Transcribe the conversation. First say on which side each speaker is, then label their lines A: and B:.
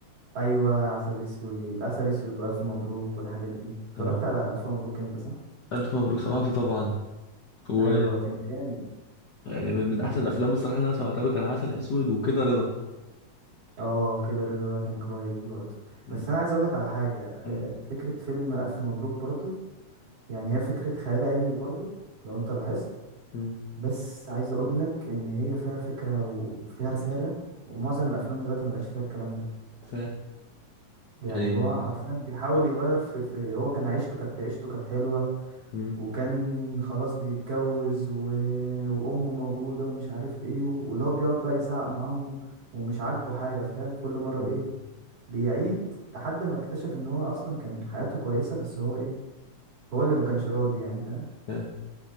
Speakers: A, on the right (about 50°); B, on the left (about 85°).
A: ايوه عسل اسود عسل اسود والف مبروك والحاجات دي اتفرجت
B: آه،
A: على الف مبروك انت صح
B: الف مبروك سمعته طبعا و
A: ايوه كان جامد
B: يعني من من احسن الافلام الصراحة اللي انا سمعتها له كان عسل اسود وكده رضا
A: اه كده رضا ده كان كويس برضه
B: مم.
A: بس انا عايز اقول لك على حاجه آه،
B: مم.
A: فكره فيلم الف مبروك برضه يعني هي فكره خيال علمي برضه لو انت لاحظت
B: مم.
A: بس عايز اقول لك ان هي فيها فكره وفيها رساله ومعظم الافلام دلوقتي مبقاش فيها الكلام ده
B: ف
A: يعني
B: يعني
A: هو حرفيا بيحاول يغير في, في هو كان عيشته كانت عيشته كانت حلوة
B: مم.
A: وكان خلاص بيتجوز و... وأمه موجودة ومش عارف ايه و- واللي هو بيقعد بقى يزعق مع أمه ومش عاجبه حاجة فاهم كل مرة
B: مم.
A: ايه بيعيد لحد ما اكتشف ان هو اصلا كان حياته كويسة بس هو ايه هو اللي ما كانش راضي يعني فاهم
B: آه.